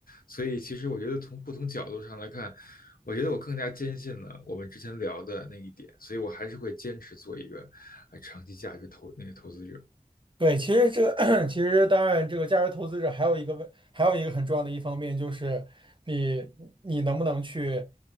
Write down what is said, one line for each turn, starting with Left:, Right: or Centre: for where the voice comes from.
Left: 所以其实我觉得从不同角度上来看，我觉得我更加坚信了我们之前聊的那一点，所以我还是会坚持做一个呃长期价值投那个投资者。
Right: 对，其实这个，<clears throat> 其实当然，这个价值投资者还有一个问，还有一个很重要的一方面就是你，你能不能去